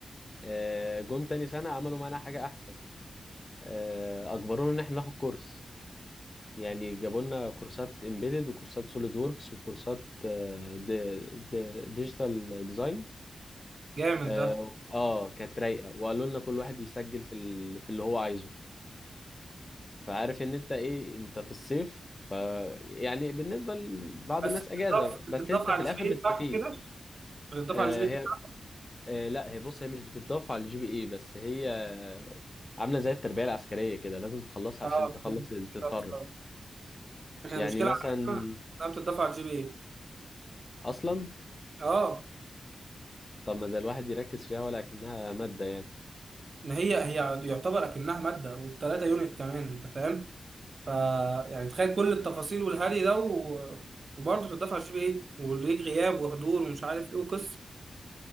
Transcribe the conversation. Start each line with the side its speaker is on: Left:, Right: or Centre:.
Left: آه، جم تاني سنة عملوا معانا حاجة أحسن آه، أجبرونا إن إحنا ناخد كورس يعني جابوا لنا كورسات امبيدد وكورسات سوليد ووركس وكورسات آه، دي دي ديجيتال ديزاين
Right: جامد
Left: اه
Right: ده
Left: آه، كانت رايقة وقالوا لنا كل واحد يسجل في ال- في اللي هو عايزه فعارف ان انت ايه انت في الصيف ف يعني بالنسبه لبعض
Right: بس
Left: الناس
Right: بتضاف
Left: اجازه بس
Right: بتضاف
Left: انت
Right: على
Left: في الاخر
Right: الجي بي
Left: بتستفيد
Right: اي بتاعك وكده بتضاف
Left: آه
Right: على الجي بي اي
Left: هي
Right: بتاعك
Left: آه لا هي بص هي مش بتتضاف على الجي بي اي بس هي آه، عامله زي التربيه العسكريه كده لازم تخلصها
Right: اه
Left: عشان تخلص
Right: فهمت
Left: تتخرج
Right: بس، آه. احنا
Left: يعني
Right: المشكلة
Left: مثلا
Right: عندنا انها بتضاف على الجي بي اي
Left: اصلا
Right: اه
Left: طب ما ده الواحد يركز فيها ولكنها ماده يعني
Right: ما هي هي يعتبر اكنها ماده والتلاته يونت كمان انت فاهم ف يعني تخيل كل التفاصيل والهري ده و... وبرضه تدفع جي بي ايه وليك غياب وحضور ومش عارف ايه وقصه